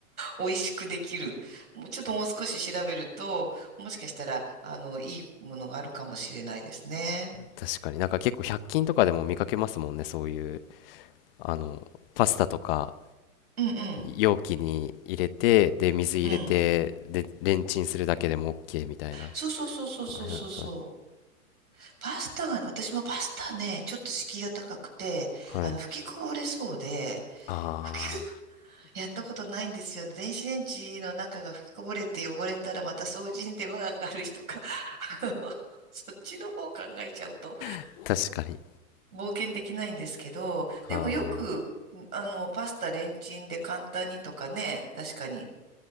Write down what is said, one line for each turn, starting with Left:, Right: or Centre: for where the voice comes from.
Right: 美味しくできる。もうちょっともう少し調べると、もしかしたら、あの、いいものがあるかもしれないですね。
Left: 確かになんか結構100均とかでも見かけますもんねそういうあのパスタとか
Right: うんうん。
Left: 容器に入れてで水入れてでレンチンするだけでも
Right: うん。
Left: OK みたいな
Right: そうそうそうそうそうそうそう。
Left: はいはいは
Right: パスタがね、私もパスタね、ちょっと敷居が高くて、
Left: いはい
Right: あの、吹きこぼれそうで、
Left: あ
Right: 吹きこ、<laughs> やったことないんですよ。電子レンジの中が吹きこぼれて汚れたらまた掃除に手間がかかるしとか、<laughs> あの、そっちの方考えちゃうと、
Left: あ確かに
Right: 冒険できないんですけど、でもよく、
Left: あ
Right: んあの、パスタレンチンで簡単にとかね、確かに